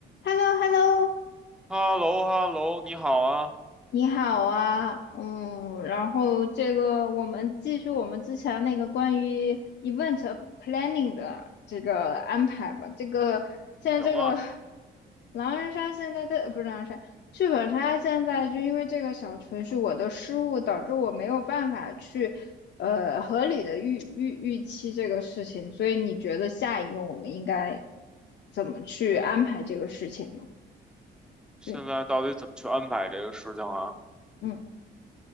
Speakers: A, on the left (about 60°); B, in the centre.
A: h e l l o h e l l o
B: h e l l o h e l l o 你好啊，
A: 你好啊，嗯，然后这个我们继续我们之前那个关于 event planning 的这个安排吧。这个现在这个
B: 行啊，
A: 狼人杀现在在不是狼人杀，剧本杀现在就因为这个小程序我的失误，导致我没有办法去呃合理的预预预期这个事情，所以你觉得下一个我们应该怎么去安排这个事情呢？
B: 现在到底怎么去安排这个事情啊？
A: 对，嗯